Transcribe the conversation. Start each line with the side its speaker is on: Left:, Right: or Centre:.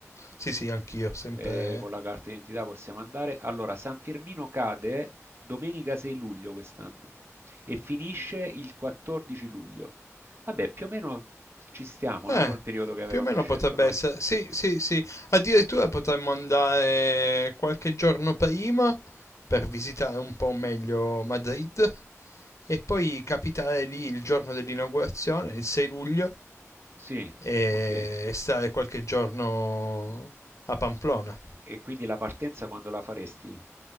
Left: Sì, sì, anch'io, sempre...
Right: Eh, con
Left: Eh,
Right: la carta d'identità possiamo andare. Allora, San Firmino cade domenica 6 luglio quest'anno e finisce il 14 luglio. Vabbè, più o meno ci stiamo,
Left: Eh,
Right: no? Col periodo che avevamo
Left: più o meno
Right: scelto
Left: potrebbe
Right: noi.
Left: essere... Sì, sì, sì. Addirittura potremmo andare qualche giorno prima per visitare un po' meglio Madrid. E poi capitare lì il giorno dell'inaugurazione, il 6 luglio,
Right: Sì,
Left: e
Right: ok.
Left: stare qualche giorno a Pamplona.
Right: E quindi la partenza quando la faresti?